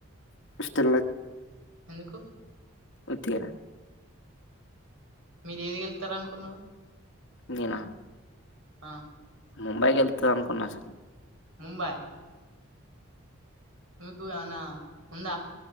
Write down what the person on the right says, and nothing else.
ఎందుకు
మీరేది గెళ్తార అనుకున్నావ్
ఆ
ముంబాయ మీకు ఏమన్నా ఉందా